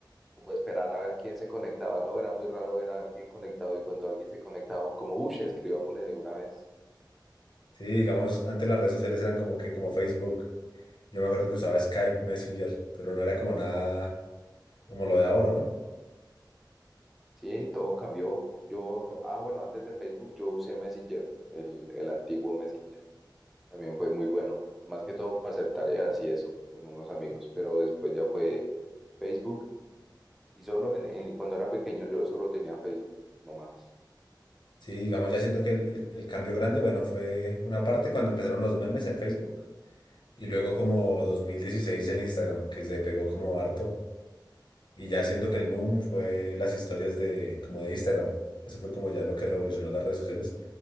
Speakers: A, in the centre; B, on the left.
A: como esperar a ver quién se conectaba, ¿no? Era muy raro ver a alguien conectado y cuando alguien se conectaba, como, uy, escribámosle de una vez.
B: Sí, digamos, antes las redes sociales eran como que, como Facebook. Yo me acuerdo que usaba Skype, Messenger, pero no era como nada como lo de ahora, ¿no?
A: Sí, todo cambió. Yo, ah, bueno, antes de Facebook yo usé Messenger, el, el antiguo Messenger. También fue muy bueno, más que todo para hacer tareas y eso con unos amigos, pero después ya fue Facebook y solo en, en- cuando era pequeño yo solo tenía Facebook, no más.
B: Sí, digamos, ya siento que el, el- el cambio grande, bueno, fue una parte cuando empezaron los memes en Facebook y luego como 2016 el Instagram, que se pegó como harto. Y ya siento que el boom fue las historias de como de Instagram. Eso fue como ya lo que revolucionó las redes sociales